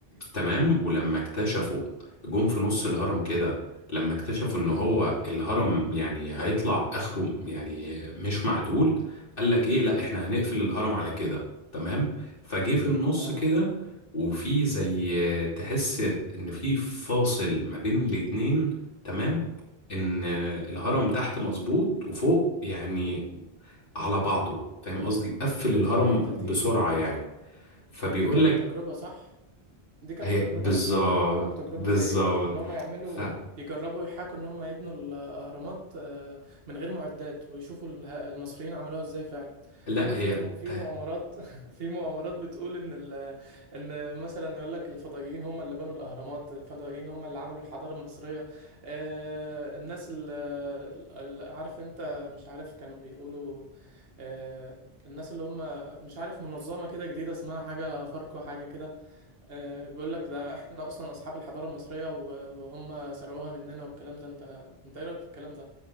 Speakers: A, on the left (about 60°); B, on the right (about 70°).
A: تمام ولما اكتشفوا جم في نص الهرم كده لما اكتشفوا ان هو الهرم يعني هيطلع اخره يعني مش معدول قال لك ايه لا احنا هنقفل الهرم على كده تمام فجه في النص
B: اه
A: كده وفي زي تحس ان في فاصل ما بين الاتنين تمام ان الهرم تحت
B: آه.
A: مظبوط وفوق يعني على بعضه فاهم قصدي قفل الهرم
B: آه، ده دي
A: بسرعة يعني فبيقول
B: دي كانت
A: لك
B: تجربة صح دي كانت
A: هي
B: تجربة
A: بالظبط
B: أنا سمعت إن هم عملوا تجربة
A: بالظبط
B: زي دي إن هم يعملوا
A: فلا
B: يجربوا يحاكوا إن هم يبنوا الأهرامات آه، من غير معدات ويشوفوا اله- المصريين عملوها إزاي فعلا
A: هي
B: لأن في م- في
A: آه،
B: مؤامرات <laughs> في مؤامرات بتقول إن ال- إن مثلا يقول لك الفضائيين هم اللي بنوا الأهرامات الفضائيين هم اللي عملوا الحضارة المصرية آه، الناس اللي عارف أنت مش عارف كانوا بيقولوا آه، الناس اللي هم مش عارف منظمة كده جديدة اسمها حاجة أفاركو حاجة كده آه، بيقول لك ده احنا اصلا اصحاب الحضاره المصريه و- وهم سرقوها مننا والكلام ده انت انت ايه رايك في الكلام ده